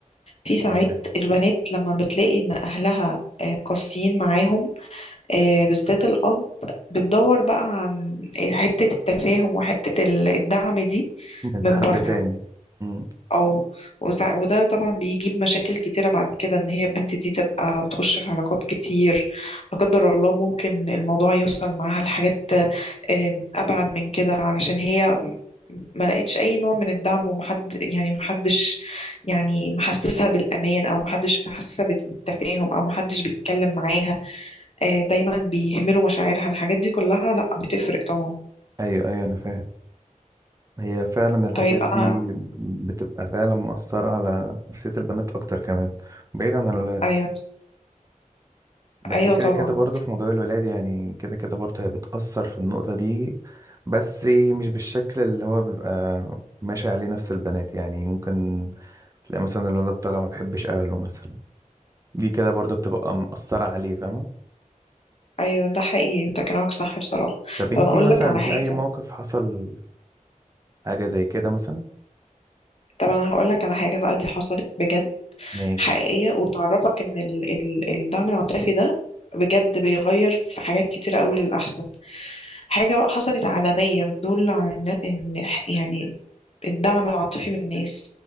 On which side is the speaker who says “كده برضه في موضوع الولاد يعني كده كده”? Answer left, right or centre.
Right